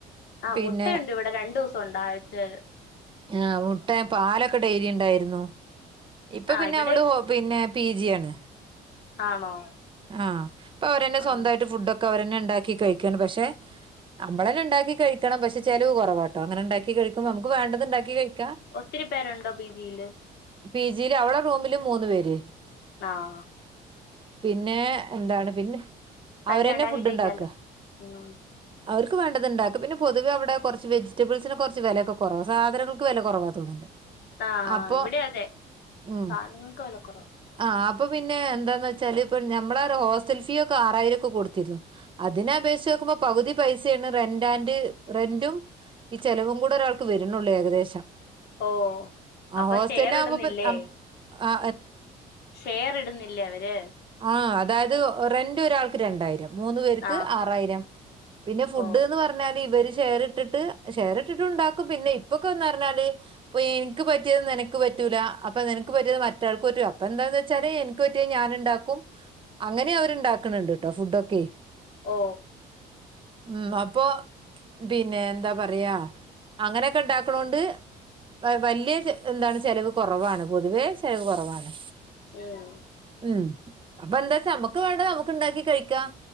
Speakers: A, on the left; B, on the right.
A: ആ
B: പിന്നെ
A: മുട്ടയുണ്ട് ഇവിടെ രണ്ടു ദിവസം ഉണ്ട ആഴ്ചൽ
B: ആ മുട്ട പാലൊക്കെ ഡേലി ഉണ്ടായിരുന്നു ഇപ്പൊ
A: ആഹ്
B: പിന്നെ
A: ഇവിടെ
B: അവള് പിന്നെ പി ജി ആണ്
A: ആണോ
B: ആ അപ്പൊ അവര്ന്നെ
A: ആഹ്
B: സ്വന്തമായിട്ട് ഫുഡൊക്കെ അവരന്നെ ഉണ്ടാക്കി കഴിക്കാണ് പക്ഷെ നമ്മള തന്നെ ഉണ്ടാക്ക കഴിക്കണം പക്ഷെ ചെലവ കുറവാട്ടോ അങ്ങനെണ്ടാക്കി കഴിക്കുമ്പോൾ നമുക്ക് വേണ്ടത് ഉണ്ടാക്കി കഴിക്കും
A: ഒത്തിരി പേരുണ്ടോ പിജിയില്
B: പി ജിൽ അവളെ റൂമില് മൂന്ന്പേര്
A: ആ
B: പിന്നെ എന്താണ് പിന്നെ
A: തന്നെ
B: അവരെന്നെ
A: ഉണ്ടാക്കി
B: ഫുഡ്
A: കഴിക്കാലോ
B: ഉണ്ടാക്കുക
A: ഉം
B: അവർക്ക് വേണ്ടത് ഉണ്ടാക്കും പിന്നെ പൊതുവവിടെ കുറച്ച് വെജിറ്റബിൾസിന് കുറച്ച് വിലയക്കെ കുറവാ സാധനങ്ങൾക്ക് വില കുറവാ തോന്നുന്നുണ്ട്
A: ആ ആ
B: അപ്പൊ
A: ഇവിടെ അതെ
B: ഉം
A: സാധനങ്ങക്ക് വല കുറവ
B: ആഹ് അപ്പൊ പിന്നെ എന്താച്ച പ്പോ നമ്മള ഹോസ്റ്റൽ ഫീ ഒക്കെ ആറായിരം ഒക്കെ കൊടുത്തിരുന്നു അതിനെ അപേക്ഷിച്ച് നോക്ക്പോ പകുതി പൈസ റെന്റ് ആൻഡറ് റെന്റും ഈ ചെിലവും കൂടെ ഒരാൾക്ക് വരുന്നുള്ളൂ ഏകദേശം
A: ഓ
B: ആ
A: അപ്പൊ
B: ഹോസ്റ്റലിൽ
A: ഷെയർ ഇടുന്നില്ലേ
B: ആകുമ്പോ ആ
A: ഷെയർ ഇടുന്നില്ലേ അവര്
B: ആഹ് അതായത് റെന്റ് ഒരാൾക്ക് രണ്ടായിരം മൂന്ന് പേർക്ക്
A: ആഹ്
B: ആറായിരം പിന്നെ ഫുഡ്
A: ഓ
B: ന്ന് പറഞ്ഞാല് ഇവര് ഷെയർ ഇട്ടിട്ട് ഷെയറിട്ടിട്ട് ഉണ്ടാക്കും പിന്നെ ഇപ്പൊക്കെന്ന് പറഞ്ഞാല് ഇപ്പൊ എനിക്ക് പറ്റിയ നിനക്ക് പറ്റ പറ്റൂലാ അപ്പ നിനക്ക് പറ്റിയത് മറ്റാൾക്ക് പറ്റ അപ്പ എന്താന്ന് വെച്ചാല് എനിക്ക് പറ്റിയ ഞാന് ണ്ടാക്കും അങ്ങനെ അവരുണ്ടാക്കണണ്ട് കേട്ടോ ഫുഡൊക്കെ
A: ഓ
B: ഉം അപ്പൊ പിന്നെ എന്താ പറയാ അങ്ങനെയൊക്കെ ഇണ്ടാക്കണോണ്ട് വലിയ എന്താണ് ചെലവ് കുറവാണ് പൊതുവേ ചെലവ് കുറവാണ്
A: ആഹ്
B: ഉം അപ്പ എന്താ വെച്ചാ നമ്മുക്ക് വേണ്ട നമുക്ക് ണ്ടാക്കി കഴിക്കാം